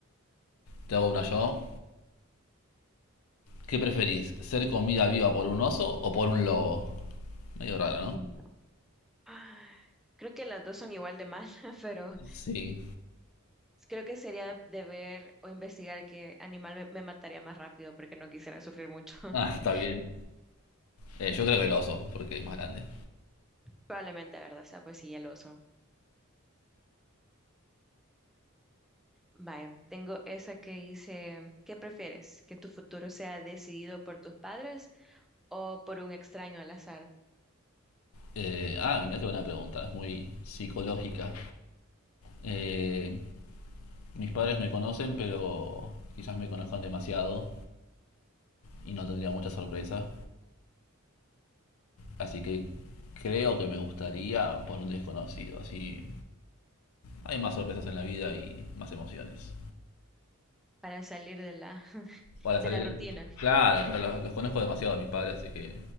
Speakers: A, on the left (about 75°); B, in the centre.
A: te hago una yo. ¿Qué preferís? ¿Ser comida viva por un oso o por un lobo? Medio raro,
B: Mm,
A: ¿no?
B: No. Ah, Creo que las dos son igual de mal, <laughs> pero
A: Sí.
B: creo que sería de ver o investigar qué animal me, me mataría más rápido porque no quisiera sufrir mucho. <laughs>
A: Ah, está bien. Eh, yo creo que el oso, porque es más grande.
B: Probablemente, la verdad, sea pues sí, el oso. Vaya, tengo esa que dice, ¿qué prefieres? ¿Que tu futuro sea decidido por tus padres o por un extraño al azar
A: Eh, ah, mira qué buena pregunta, es muy psicológica. Eh, mis padres me conocen, pero quizás me conozcan demasiado y no tendría mucha sorpresa. Así que creo que me gustaría por un desconocido. Así hay más sorpresas en la vida y más emociones.
B: para salir de la, <laughs>
A: Para
B: de
A: salir.
B: la rutina?
A: Claro, claro, los, los conozco demasiado a mis padres, así que